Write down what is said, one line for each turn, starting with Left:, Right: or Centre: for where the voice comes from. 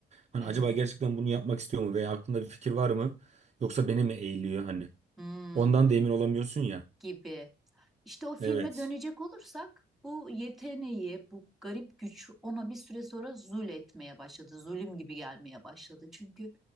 Right: Hani
Centre: evet.
Right: acaba gerçekten bunu yapmak istiyor mu veya aklında bir fikir var mı? Yoksa beni mi eğiliyor hani?
Centre: Hmm,
Right: Ondan da emin olamıyorsun ya.
Centre: gibi. İşte o filme
Right: Evet.
Centre: dönecek olursak bu yeteneği, bu garip güç ona bir süre sonra zul etmeye başladı. Zulüm gibi gelmeye başladı. Çünkü